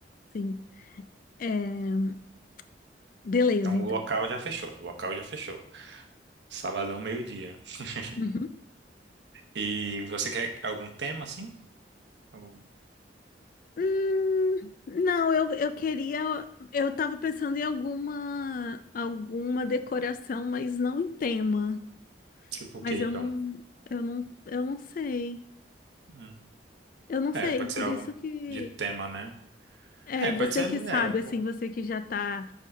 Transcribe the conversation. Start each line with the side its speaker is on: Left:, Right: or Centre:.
Left: Sim. É, beleza,
Right: Então
Left: então.
Right: o local já fechou. O local já fechou. Sabadão, meio-dia. <laughs>
Left: Uhum.
Right: E você quer algum tema assim? Ou,
Left: Hum, não, eu, eu queria. Eu tava pensando em alguma, alguma decoração, mas não em tema.
Right: tipo
Left: Mas
Right: o quê,
Left: eu
Right: então?
Left: não, eu não, eu não sei.
Right: Hum.
Left: Eu não
Right: É,
Left: sei,
Right: pode
Left: por
Right: ser algo
Left: isso que
Right: de tema, né?
Left: é
Right: É,
Left: você
Right: pode ser
Left: que sabe,
Right: é, o-
Left: assim, você que já tá